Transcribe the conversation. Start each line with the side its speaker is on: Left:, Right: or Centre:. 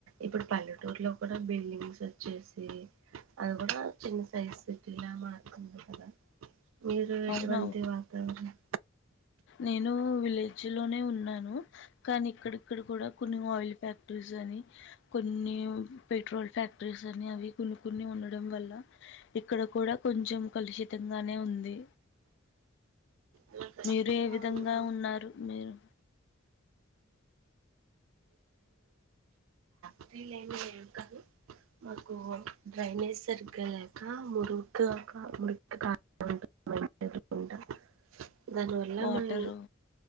Right: ఇప్పుడు పల్లెటూరులో కూడా బిల్డింగ్స్ వచ్చేసి అది కూడా చిన్న సైజు సిటీలా మారుతుంది కదా మీరు ఎటువంటి
Left: అవునవును
Right: వాతావరణం
Left: నేను విలేజ్ లోనే ఉన్నాను. కానీ ఇక్కడిక్కడ కూడా కొన్ని ఆయిల్ ఫ్యాక్టరీస్, అని కొన్ని పెట్రోల్ ఫ్యాక్టరీస్, అని అవి కొన్ని కొన్ని ఉండడం వల్ల. ఇక్కడ కూడా కొంచెం కలుషితంగానే ఉంది.
Right: ఇలా కలుషితంగా
Left: మీరు ఏ విధంగా
Right: ఉండడం
Left: ఉన్నారు మీరు.
Right: <unintelligible> కాదు మాకు డ్రైనేజ్ సరిగ్గా లేక మురుగా కా మురుగా ఉంటుంది కాలువాళ్లు <unintelligible> దానివల్ల
Left: వాటరు
Right: మ ఈ